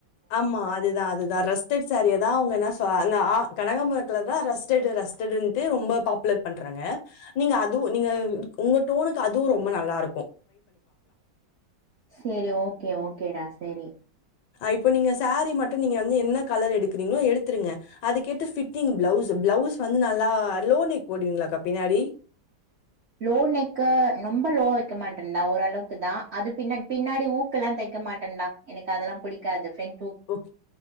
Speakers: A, on the left; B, on the right.
A: ஆமா அதுதா அதுதா ரெஸ்டட் சேரியதா அவுங்க என்ன த அந்த அ கனகாம்புர கலர் தா ரஸ்டடு ரஸ்டடுன்டு ரொம்ப பாப்புலர் பண்றாங்க நீங்க அ துவு நீங்க உங்க டோனுக்கு அதுவு ரொம்ப நல்லாருக்கு
B: செரி ஓகே ஓகேடா செரி
A: இப்போ நீங்க சேரி மட்டு நீங்க வந்து என்ன கலர் எடுக்குறீங்ளோ எடுத்துருங்க அது கேட்டு ஃபிட்டிங் ப்ளவுஸு ப்ளவுஸ் வந்து நல்லா லோ நெக் போடுவீங்ளாக்கா பின்னாடி
B: லோ நெக்கு ரொம்ப லோ வெக்க மாட்டன்டா ஓரளவுக்கு தா அது பின்னா பின்னாடி ஊக்கெல்லா தை க்க மாட்டன்டா எனக்கு அதெல்லா புடிக்காது ஃப்ரெண்
A: ஓக்